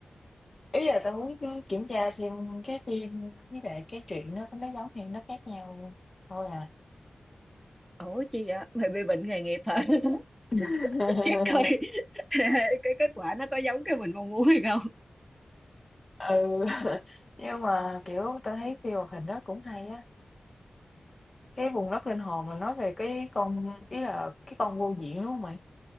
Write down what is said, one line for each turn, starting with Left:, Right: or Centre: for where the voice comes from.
Left: ý là tao muốn kiểm tra xem cái phim với lại cái chuyện nó nó giống hay nó khác nhau thôi à.
Centre: ủa chi vậy mày bị bệnh nghề nghiệp hả <laughs>
Left: <laughs>
Centre: chắc coi <laughs> cái kết quả nó có giống cái mình mong muốn hay không
Left: ừ <laughs> nhưng mà kiểu tao thấy phim hoạt hình đó cũng hay á cái vùng đất linh hồn mà nói về cái con ý là cái con vô diện đúng không mày